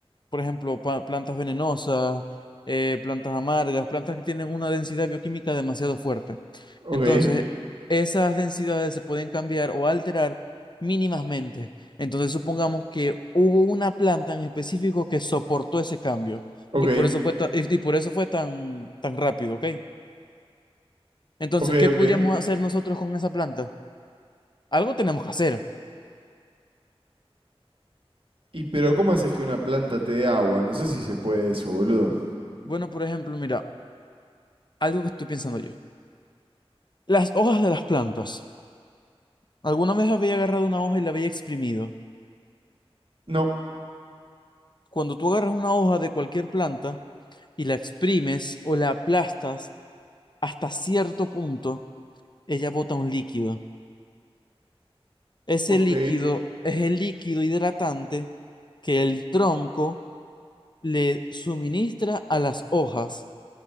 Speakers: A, on the left (about 45°); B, on the right (about 55°).
A: por ejemplo, pa- plantas venenosas, eh, plantas amargas, plantas que tienen una densidad bioquímica demasiado fuerte.
B: Ok,
A: Entonces, esas densidades se pueden cambiar o alterar mínimamente. Entonces, supongamos que hubo una planta en específico que soportó ese cambio
B: ok,
A: y por eso fue, ta- y y por eso fue tan, tan rápido, ¿ok? Entonces,
B: ok,
A: ¿qué
B: ok.
A: podríamos hacer nosotros con esa planta? Algo tenemos que hacer.
B: Y pero ¿cómo haces que una planta te dé agua? No sé si se puede eso, boludo.
A: Bueno, por ejemplo, mira, algo que estoy pensando yo. Las hojas de las plantas. Alguna vez había agarrado una hoja y la había exprimido.
B: No,
A: Cuando tú agarras una hoja de cualquier planta y la exprimes o la aplastas hasta cierto punto, ella bota un líquido. Ese
B: ok.
A: líquido es el líquido hidratante que el tronco le suministra a las hojas.